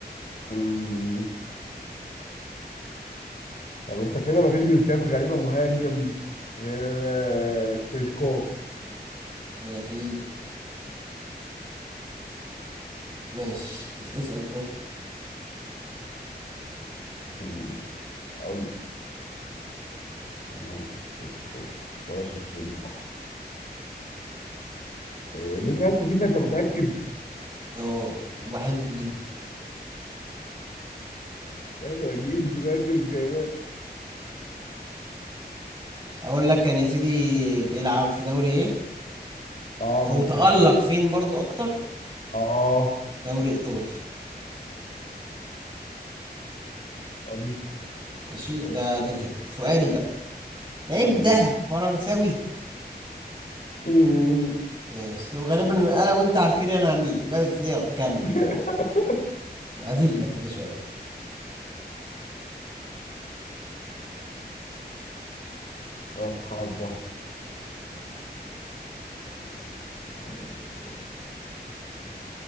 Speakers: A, on the left (about 50°); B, on the right (about 30°).
A: أمم. طب انت كده مفيش جنسيات غريبة مهاجم غير آه، ستويشكوف
B: آه في ماشي اس- اسأل طيب
A: أمم. اقول لك انا مش ستويشكوف ولا شيفشينكو آه، دي كانت فيفا انت متأكد
B: اه وبحبه جدا
A: مش قادر اجيب دماغي مش جايباه
B: اقول لك كان يا سيدي بيلعب في دوري ايه
A: اه مثلا
B: او تألق فين برضو اكتر
A: اه
B: دوري ايطالي
A: دي
B: ماشي ده ده الهند سؤالي بقى لعيب
A: أمم.
B: ده فرنساوي
A: أمم.
B: ماشي وغالبا انا وانت عارفين انا مين بس يلا كمل
A: <laughs>
B: يعني اذلك كده شويه
A: راس حربة آه،